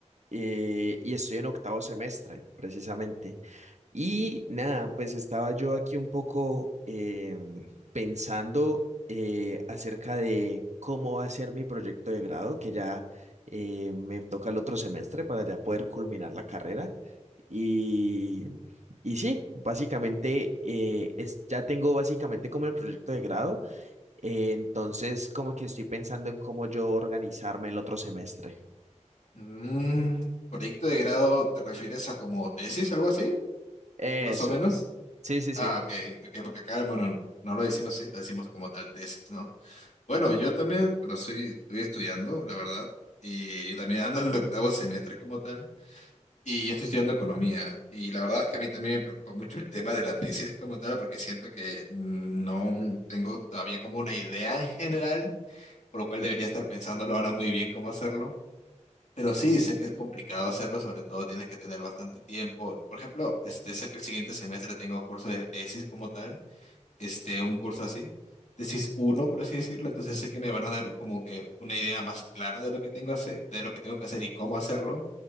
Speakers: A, on the right; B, on the left.
A: eh, y estoy en octavo semestre, precisamente. Y nada, pues estaba yo aquí un poco em, pensando eh, acerca de cómo va a ser mi proyecto de grado, que ya eh, me toca el otro semestre para ya poder culminar la carrera. Y, y sí, básicamente eh, es, ya tengo básicamente como el proyecto de grado, eh, entonces como que estoy pensando en cómo yo organizarme el otro semestre.
B: Mm, ¿proyecto de grado te refieres a como tesis, algo así?
A: Eso,
B: Más o menos.
A: sí, sí,
B: Ah,
A: sí.
B: ok, ok, porque acá, bueno, no lo decimos así, lo decimos como tal tesis, ¿no? Bueno, yo también, bueno, soy, estoy estudiando, la verdad, y yo también ando en el octavo semestre como tal, y yo estoy estudiando economía, y la verdad es que a mí también me preocupa mucho el tema de la tesis como tal, porque siento que mm, no tengo todavía como una idea en general por lo cual debería estar pensándolo ahora muy bien cómo hacerlo. Pero sí, sé que es complicado hacerlo, sobre todo tienes que tener bastante tiempo. Por ejemplo, este, sé que el siguiente semestre tengo curso de tesis como tal, este, un curso así, tesis uno por así decirlo, entonces sé que me van a dar como que una idea más clara de lo que tengo hacer, de lo que tengo que hacer y cómo hacerlo,